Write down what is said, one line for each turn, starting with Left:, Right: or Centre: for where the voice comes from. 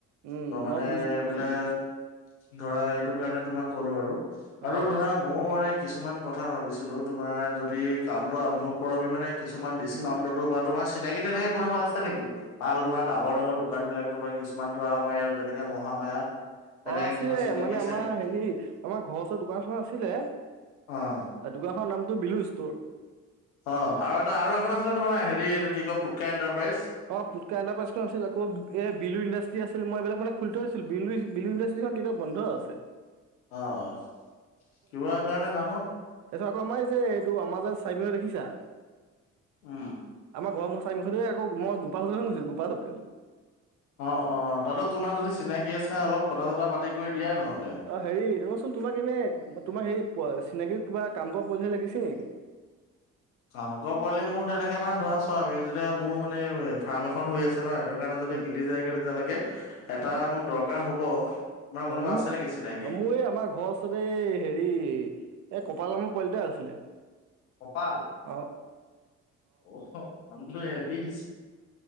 Right: উম
Left: ত'
Right: মই
Left: মানে
Right: বুজিছো বুজিছো
Left: এবিলাক
Right: বুজিছো
Left: ধৰা এইটো কাৰণে তোমাক ক'লো আৰু, আৰু
Right: অ
Left: ধৰা ম মও মানে কিছুমান কথা ভাবিছিলোঁ তোমাৰ যদি কামটো আৰম্ভ কৰোঁ আমি মানে কিছুমান ডিচকাউণ্টতো
Right: উম
Left: বা তোমাৰ চিনাকি তেনেকে কোনোবা আছে নেকি ভাল ধৰা ডাঙৰ ডাঙৰ দোকান বিলাক তোমাৰ কিছুমান ধৰা আমাৰ এয়াত যেনেকে মহামায়া। তেনেকে
Right: অ' আছিলে
Left: কিছুমান চিনাকি
Right: মানে
Left: আছে
Right: আমাৰ
Left: নেকি
Right: হেৰি আমাৰ ঘৰ ওচৰ দোকানখনত আছিলে।
Left: অ'।
Right: আ দোগাখৰ নামটো বিলু ষ্ট'ৰ।
Left: অ' আৰু এটা আৰু এখন আছিলে তোমাৰ হেৰি এইটো কি কয় পুটকা এণ্টাৰপ্ৰাইজ।
Right: অ' পুটকা এণ্টাৰপ্ৰাইজটো আছিল আকৌ এ বিলু ইণ্ডাষ্টি আছিল মই এবিলাক মানে খুলি থ <unintelligible> বিলু-বিলু ইণ্ডাচ <unintelligible> বন্ধ আছে।
Left: অ', কিবা কাৰণে জানোঁ।
Right: তাছত আকৌ আমাৰ এইযে এইটো আমাৰ যে চাইমেৰ দেখিছা।
Left: উ।
Right: আমাৰ ঘৰমুখ চাইমুখেদে আকৌ মই গোপা <unintelligible> গোপা হোটেল।
Left: অ', অ' তাতো তোমাৰ যদি চিনাকি আছে অলপ কথা চথা পাতি কৰি দিয়া নহ
Right: অ' হেৰি ৰচোন তোমাক এনেই, তোমাৰ হেৰি প, চিনাকী কিবা কাম কৱা <unintelligible> লাগিছিল নেকি।
Left: কাম কৱা পোৱালি মোৰ তেনেকে মানে ধৰা চোৱা আমি যেতিয়া, মোৰ মানে ফাৰ্ম এখন হৈ আছে ন। এটো কাণে
Right: উম
Left: যদি মিলি যায়গৈ তেতিয়ালেকে এটা
Right: উম
Left: মোক দৰকাৰ হ'ব। মা কোনোবা
Right: অ মোৰ
Left: আছে নেকি চিনা
Right: অ' মোৰ আমাৰ ঘচ <unintelligible> এই হেৰি এই কপাল নামৰ পোৱালিটা আছিলে।
Left: কপাল,
Right: অ
Left: অ' নামটো হেভি দিছে।